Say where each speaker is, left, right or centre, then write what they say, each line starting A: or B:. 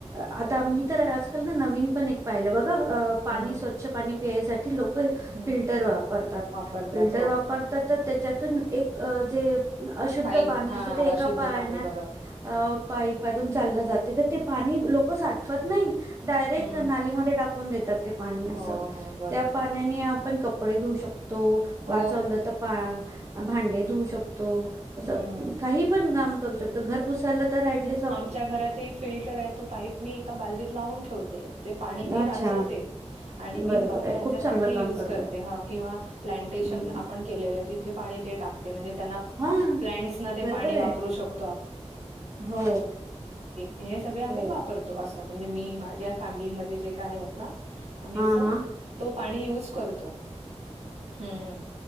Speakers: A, on the right (about 25°); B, on the right (about 70°).
A: आता मी... तर आजकाल ना नवीन पण एक पाहिलं बघं ह पाणी
B: हं,
A: स्वच्छ पाणी प्यायसाठी लोक...
B: हं.
A: फिल्टर वापरतात.
B: वापरतात.
A: फिल्टर
B: हो.
A: वापरतात तर त्याच्यातून एक जे.... अशुद्ध
B: पाईप
A: पाणी
B: हां,
A: असते ते एका
B: अशुद्ध
A: पान्यात
B: पाणी बरं.
A: अ... पाईपातून चाललं जाते तर ते पाणी लोक साठवत नाही डायरेक्ट
B: हं.
A: नालीमध्ये टाक... करुन देतात ते पाणी असं
B: हो, हो. बरोबर.
A: त्या पाण्याने आपण कपडे धुऊ शकतो... तो
B: हो.
A: वाचवलं तर पा भांडे धुवु शकतो... तो असं
B: हं.
A: काही पण काम करू शकतो घर पुसायला तर ॲटलिस्ट...
B: च्या घरातही फिल्टर आहे तो पाईप मी एका बालदीत लावून ठेवते. ते पाणी मी
A: अच्छा,
B: वाचवते आणि मी
A: बरोबर
B: बाकी
A: आहे.
B: ह्याचासाठी
A: खूप चांगलं काम
B: युज
A: करतात.
B: करते ह किंवा प्लॅन्टि क्शन
A: हं,
B: आपण केलेलं आहे तिथे पाणी ते टाकते म्हणजे त्यांना... कपडे
A: हां,
B: धुण्यासाठी
A: बरोबर
B: किंवा प्लांट्स ला वापर
A: आहे.
B: करू शकतो..
A: हो,
B: माझ्या फॅमिली
A: हो.
B: मध्ये वापरू शकतो किंवा माझी फॅमिली हे पूर्णपणे वापरतात... आम्ही
A: हां,
B: अस
A: हां.
B: तो... करतो. हम्म